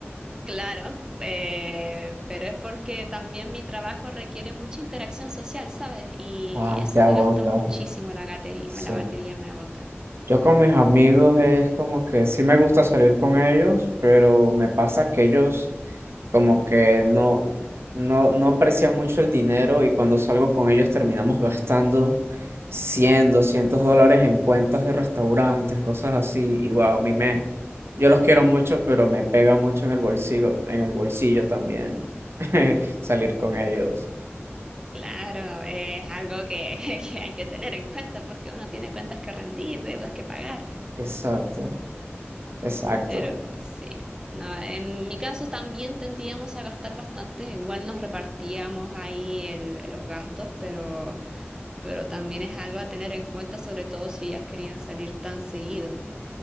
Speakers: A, on the right; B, on the right.
A: Claro, eh, pero es porque también mi trabajo requiere mucha interacción social, ¿sabes? Y
B: Ah,
A: eso
B: te agota.
A: me gasta muchísimo la batería,
B: Sí.
A: la batería me agota.
B: Yo con mis amigos es como que sí me gusta salir con ellos, pero me pasa que ellos como que no, no, no aprecian mucho el dinero y cuando salgo con ellos terminamos gastando 100, 200 dólares en cuentas de restaurantes, cosas así. Y wow, a mí me, yo los quiero mucho, pero me pega mucho en el bolsillo, en el bolsillo también <laughs> salir con ellos.
A: Claro, eh, es algo que, <laughs> que hay que tener en cuenta porque uno tiene cuentas que rendir, deudas que pagar,
B: Exacto, exacto,
A: pero sí, no, en mi caso también tendíamos a gastar bastante, igual nos repartíamos ahí el- los gastos, pero, pero también es algo a tener en cuenta, sobre todo si ellas querían salir tan seguido.